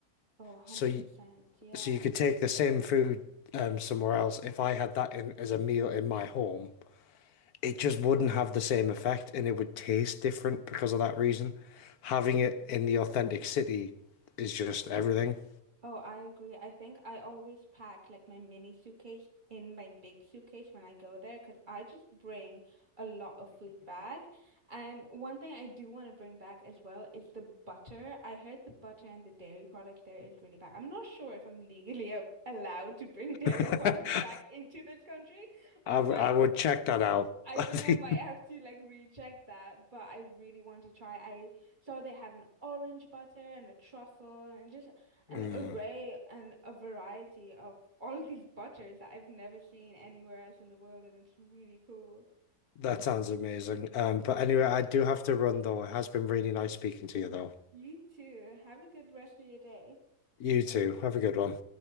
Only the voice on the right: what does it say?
Oh, 100%.
Yeah.
Oh, I agree. I think I always pack like my mini suitcase in my big suitcase when I go there because I just bring a lot of food back. And one thing I do want to bring back as well is the butter. I heard the butter and the dairy products there is really bad. I'm not sure if I'm legally a allowed to bring <laughs> dairy
products
back into this country. I
might
I
think
I might have to like recheck that, but I really want to try. I saw they have an orange butter and a truffle and just an
array and a variety of all of these butters that I've never seen anywhere else in the world, and it's really cool.
You too. Have a good rest of your day.